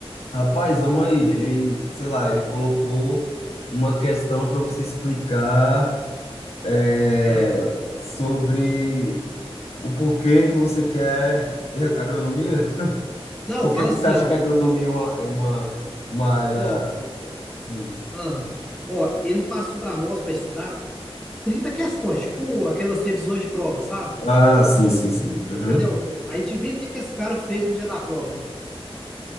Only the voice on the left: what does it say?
Rapaz, vamos aí. Ele, sei lá, ele colocou uma questão para você explicar é,
sobre o porquê que você quer <laughs> agronomia.
Por
que você
acha
que a agronomia é uma, é uma, uma área.
Sim.
Ah, sim, sim, sim. Uhum.